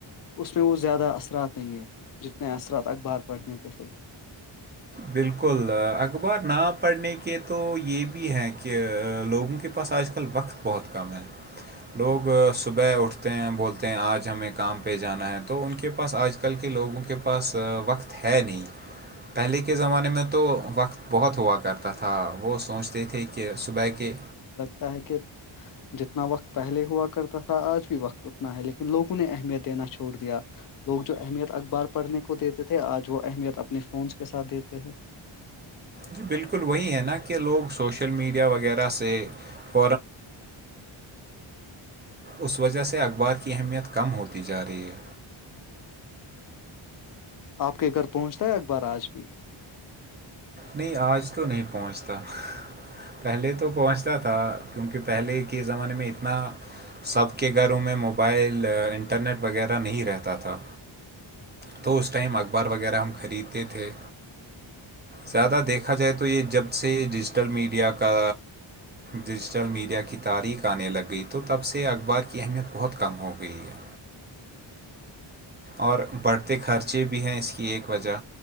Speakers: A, on the left; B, on the right.
A: اس میں وہ زیادہ اثرات نہیں ہیں جتنے اثرات اخبار پڑھنے کے تھے
B: بالکل اخبار نہ پڑھنے کے تو یہ بھی ہیں کہ لوگوں کے کے پاس آج کل وقت بہت کم ہے لوگ صبح اٹھتے ہیں بولتے ہیں آج ہمیں کام پہ جانا ہے تو ان کے پاس آج کل کے لوگوں کے پاس وقت ہے نہیں پہلے کے کے زمانے میں تو وقت بہت ہوا کرتا تھا وہ سوچتے تھے کہ صبح کے
A: تاک کہ جتنا وقت پہلے ہوا کرتا تھا آج بھی وقت اتنا ہے لیکن لوگوں نے اہمیت دینا چھوڑ دیا لوگ جو اہمیت اخبار پڑھنے کو دیتے تھے آج وہ اہمیت اپنے فونس کے ساتھ دیتے ہیں
B: جی بالکل وہی ہے نا کہ لوگ سوشل میڈیا وغیرہ سے <inaudible> اس وجہ سے اخبار کی اہمیت کم ہوتی جا رہی ہے
A: آپ کے گھر پہنچتا ہے اخبار آج بھی
B: نہیں آج تو نہیں پہنچتا پہلے تو پہنچتا تھا کیونکہ پہلے کے زمانے میں اتنا سب کے گھروں میں موبائل انٹرنیٹ وغیرہ نہیں رہتا تھا تو اس ٹائم اخبار وغیرہ ہم خریدتے تھے زیادہ دیکھا جائے تو یہ جب سے ڈیجیٹل میڈیا کا ڈیجیٹل میڈیا کی تاریخ آنے لگ گئی تو تب سے اخبار کی اہمیت بہت کم ہو گئی ہے اور بڑھتے خرچے بھی ہیں اس کی ایک وجہ